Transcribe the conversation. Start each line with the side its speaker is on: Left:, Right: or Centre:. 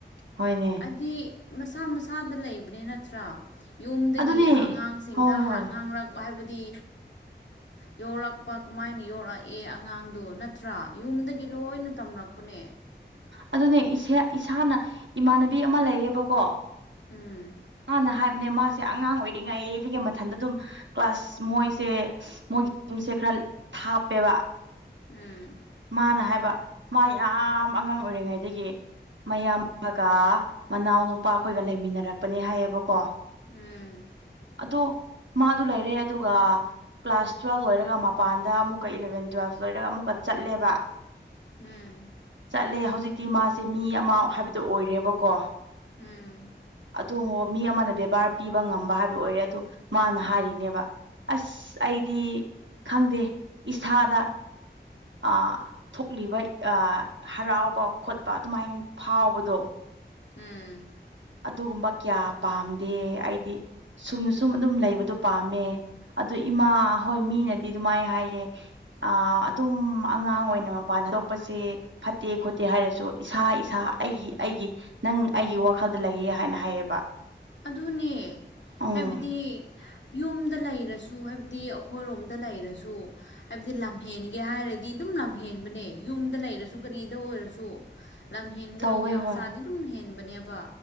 Right: ꯍꯣꯏꯅꯦ
Left: ꯑꯗꯨꯗꯤ ꯃꯁꯥ ꯃꯁꯥꯗ ꯂꯩꯕꯅꯤ ꯅꯠꯇ꯭ꯔꯥ ꯌꯨꯝꯗꯒꯤ
Right: ꯑꯗꯨꯅꯦ
Left: ꯑꯉꯥꯡꯁꯤꯡꯗ
Right: ꯍꯣꯏ ꯍꯣꯏ
Left: ꯉꯥꯡꯂꯛ ꯍꯥꯏꯕꯗꯤ ꯌꯣꯛꯂꯛꯄ ꯀꯃꯥꯏꯅ ꯌꯣꯛꯔꯛꯑꯦ ꯑꯉꯥꯡꯗꯣ ꯅꯠꯇ꯭ꯔꯥ ꯌꯨꯝꯗꯒꯤ ꯂꯣꯏꯅ ꯇꯝ ꯊꯝꯂꯛꯄꯅꯦ
Right: ꯑꯗꯨꯅꯦ ꯏꯁꯥꯅ ꯏꯃꯥꯟꯅꯕꯤ ꯑꯃ ꯂꯩꯌꯦꯕꯀꯣ
Left: ꯎꯝ
Right: ꯃꯥꯅ ꯍꯥꯏꯕꯅꯦ ꯃꯥꯁꯦ ꯑꯉꯥꯡ ꯑꯣꯏꯔꯤꯉꯩ ꯑꯗꯨꯗꯒꯤ ꯃꯊꯟꯗ ꯑꯗꯨꯝ ꯀ꯭ꯂꯥꯁ ꯃꯣꯏꯁꯦ ꯃꯣꯏꯒꯤ ꯌꯨꯝꯁꯦ ꯈꯔ ꯊꯥꯞꯄꯦꯕ
Left: ꯎꯝ
Right: ꯃꯥꯅ ꯍꯥꯏꯕ ꯃꯥ ꯌꯥꯝ ꯑꯉꯥꯡ ꯑꯣꯏꯔꯤꯉꯩꯗꯒꯤ ꯃꯌꯥꯝꯒ ꯃꯅꯥꯎꯅ ꯅꯨꯄꯥꯈꯣꯏꯒ ꯂꯩꯃꯤꯟꯅꯔꯛꯄꯅꯦ ꯍꯥꯏꯌꯦꯕꯀꯣ
Left: ꯎꯝ
Right: ꯑꯗꯣ ꯃꯥꯗꯨ ꯂꯩꯔꯦ ꯑꯗꯨꯒ ꯀ꯭ꯂꯥꯁ ꯇꯨꯋꯦꯜꯕ ꯂꯣꯏꯔꯒ ꯃꯄꯥꯟꯗ ꯑꯃꯨꯛꯀ ꯏꯂꯚꯦꯟ ꯇꯨꯋꯦꯜꯕ ꯂꯣꯏꯔꯒ ꯑꯃꯨꯛꯀ ꯆꯠꯂꯦꯕ
Left: ꯎꯝ
Right: ꯆꯠꯂꯦ ꯍꯧꯖꯤꯛꯇꯤ ꯃꯥꯁꯦ ꯃꯤ ꯑꯃ ꯍꯥꯏꯕꯗꯣ ꯑꯣꯏꯔꯦꯕꯀꯣ
Left: ꯎꯝ
Right: ꯑꯗꯨ ꯃꯤ ꯑꯃꯅ ꯕꯦꯕꯥꯔ ꯄꯤꯕ ꯉꯝꯕ ꯍꯥꯏꯕ ꯑꯣꯏꯔꯦ ꯑꯗꯨ ꯃꯥꯅ ꯍꯥꯏꯔꯤꯅꯦꯕ ꯑꯁ ꯑꯩꯗꯤ ꯈꯪꯗꯦ ꯏꯁꯥꯗ ꯑ ꯊꯣꯛꯂꯤꯕ ꯑ ꯍꯔꯥꯎꯕ ꯈꯣꯠꯄ ꯑꯗꯨꯃꯥꯏꯅ ꯐꯥꯎꯕꯗꯣ
Left: ꯎꯝ
Right: ꯑꯗꯨꯒꯨꯝꯕ ꯀꯌꯥ ꯄꯥꯝꯗꯦ ꯑꯩꯗꯤ ꯁꯨꯝꯅ ꯁꯨꯝ ꯑꯗꯨꯝ ꯂꯩꯕꯗꯣ ꯄꯥꯝꯃꯦ ꯑꯗꯨ ꯏꯃꯥ ꯍꯣꯏ ꯃꯤꯅꯗꯤ ꯑꯗꯨꯃꯥꯏꯅ ꯍꯥꯏꯌꯦꯦ ꯑ ꯑꯗꯨꯝ ꯑꯉꯥꯡ ꯑꯣꯏꯅ ꯃꯄꯥꯟ ꯊꯥꯗꯣꯛꯄꯁꯦ ꯐꯠꯇꯦ ꯈꯣꯠꯇꯦ ꯍꯥꯏꯔꯁꯨ ꯏꯁꯥ ꯏꯁꯥ ꯑꯩꯒꯤ ꯑꯩꯒꯤ ꯅꯪ ꯑꯩꯒꯤ ꯋꯥꯈꯜꯗ ꯂꯩꯌꯦ ꯍꯥꯏꯅ ꯍꯥꯏꯌꯦꯕ
Left: ꯑꯗꯨꯅꯦ
Right: ꯎꯝ
Left: ꯍꯥꯏꯕꯗꯤ ꯌꯨꯝꯗ ꯂꯩꯔꯁꯨ ꯍꯥꯏꯕꯗꯤ ꯑꯩꯈꯣ ꯍꯥꯏꯕ ꯂꯝꯒꯦ ꯍꯥꯏꯔꯗꯤ ꯑꯗꯨ ꯌꯨꯝꯗ ꯂꯩꯔꯁꯨ ꯀꯔꯤꯗ ꯑꯣꯏꯔꯁꯨ ꯂꯝ ꯍꯦꯟꯒꯗꯧꯕ
Right: ꯇꯧꯋꯦ
Left: ꯃꯆꯥꯗꯤ
Right: ꯍꯣꯏ
Left: ꯑꯗꯨꯝ ꯍꯦꯟꯕꯅꯦꯕ